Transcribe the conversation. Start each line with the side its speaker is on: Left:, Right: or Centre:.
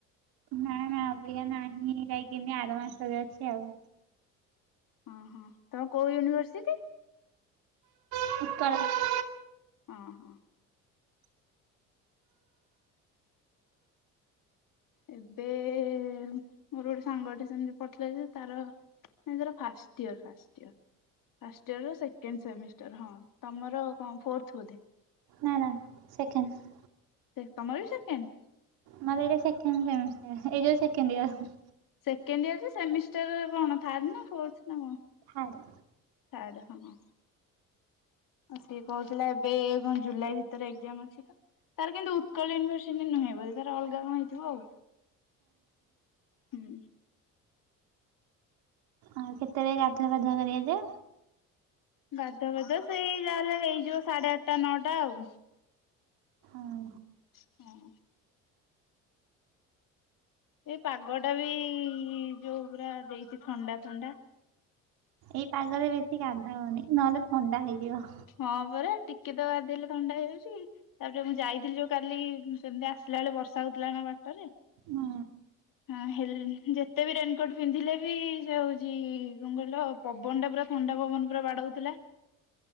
Right: ନା ନା ଅବିକା ନାହିଁ ଯାଇକିନି ଆର ମାସରେ ଅଛି ଆଉ।
Left: ଅଁ, ହଁ ତୋମ କୋଉ ୟୁନିଭର୍ସିଟି?
Right: <unintelligible>
Left: ଅଁ, ହଁ। ଏବେ ମୋର ଗୋଟେ ସାଙ୍ଗଟେ ସେମିତି ପଡିଥିଲା ଯେ ତାର ନାଇଁ ତାର first year first year. First year ର ସେକେଣ୍ଡ ସେମିଷ୍ଟାର୍ ହଁ। ତୋମର କଣ ଫୋର୍ଥ ବୋଧେ?
Right: ନା ନା ସେକେଣ୍ଡ।
Left: ସେ ତୋମର ବି ସେକେଣ୍ଡ।
Right: ମୋର ଏଇଟା ସେକେଣ୍ଡ ସେମିଷ୍ଟାର ଏଇ ଯୋଉ second year.
Left: Second year semester ରେ କଣ ଥାର୍ଡ ନା ଫୋର୍ଥ ନା କଣ?
Right: ଥାର୍ଡ
Left: ଥାର୍ଡ ହଁ। ସିଏ କହୁଥିଲା ଏବେ କଣ ଜୁଲାଇ ଭିତରେ ଏଜାମ ଅଛି ତ ତାର କିନ୍ତୁ ଉତ୍କଳ ୟୁନିର୍ସି ନୁହେଁ ଯ ତାର ଅଲଗା କଣ ହେଇଥିବ ଆଉ। ହୁଁ।
Right: ଆଉ କେତେବେଳେ ଗାଧୁଆ ପାଧୁଆ କରିବା ଯୋଏ
Left: ଗାଧୁଆ ପାଧୁଆ ସେଇ ଯାହା ହେଲେ ହେଇଯିବ ସାଢେ ଆଠଟା ନଅଟା ଆଉ
Right: ଆଉ
Left: ହଁ। ଏ ପାଗଟା ବି ଯୋଉ ପୁରା ଦେଇଛି ଥଣ୍ଡା ଥଣ୍ଡା।
Right: ଏଇ ପାଗରେ ବେଶୀ କାନ୍ଦା ହଉନି ନହେଲେ ଥଣ୍ଡା ହେଇଯିବ।
Left: ହଁ ପରା ଟିକେ ତ ଗାଧେଇଲେ ଥଣ୍ଡା ହେଇଯାଉଛି। ତାପରେ ମୁଁ ଯାଇଥିଲି ଯୋଉ କାଲି ସେମିତି ଆସିଲା ବେଳେ ବର୍ଷା ହଉଥିଲା ନା ବାଟରେ।
Right: ହୁଁ।
Left: ହଁ ହେଲେ ଯେତେ ବି ରେନକୋଟ ପିନ୍ଧିଲେ ବି ଯେ ହଉଛି କଣ କହିଲ ପବନ ଟା ପୁରା ଥଣ୍ଡା ପବନ ପୁରା ବାଡଉଥିଲା।